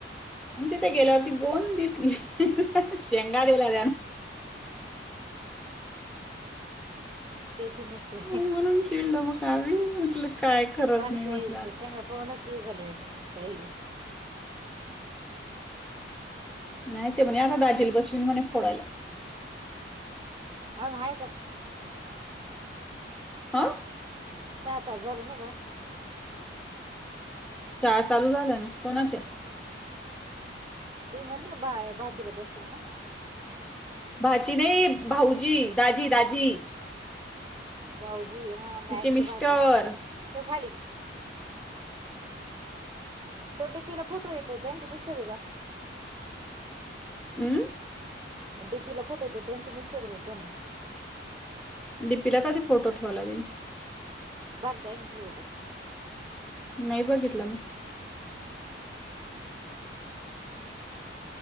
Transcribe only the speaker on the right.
कठीणचे,
भारताई
शेंगा पाहूनचये झाली असण म्हणजे बाई
अन हय का?
सहा तास झाले ना ग?
तुम्ही म्हणता ना भा भाचीला बशवील ना?
भाऊजी हा मी
ऐकलं
भाची, ठेव खाली. तो डीपिला फोटूये तो त्यांचे मिस्टरे का?
डीपी ला फोटो येत त्यांचे मिस्टर का कोणी?
भारताईनी ठेवले.
<unintelligible>